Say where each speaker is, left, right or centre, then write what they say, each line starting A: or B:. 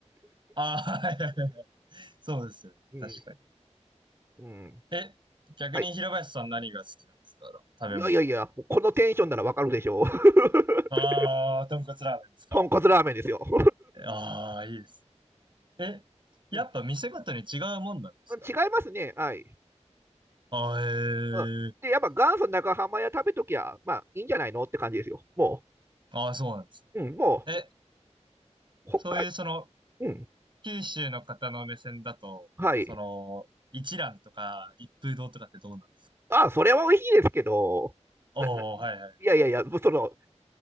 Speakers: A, on the right; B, on the right.
A: あー、はいはいはいはい。<laughs> そうですよね、
B: <laughs> うん。
A: 確かに。
B: うん。
A: え、逆に平林さん何が好きなんですか食べ物だと。
B: はい。いやいやいや、もうこのテンションならわかるでしょう。<laughs>
A: あー、豚骨ラーメンですか
B: 豚骨ラーメンですよ。<laughs>
A: ああ、いいですね。え、やっぱ店ごとに違うもんなんですかあれは。
B: うん、<laughs> 違いますね。はい。
A: ああ、ええ
B: うん、で、やっぱ元祖長浜屋食べときゃ、まあいいんじゃないのって感じですよ。も
A: ああ、そうなんですね。
B: う、うん、もう、
A: え、
B: 他、
A: そういうその、
B: うん、
A: 九州の方の目線だと、
B: はい。
A: その、一蘭とか一風堂とかってどうなんですか
B: ああ、それは美味しいですけど、
A: おおー、
B: な、な、いやいやいや、
A: はいはいはい。
B: その、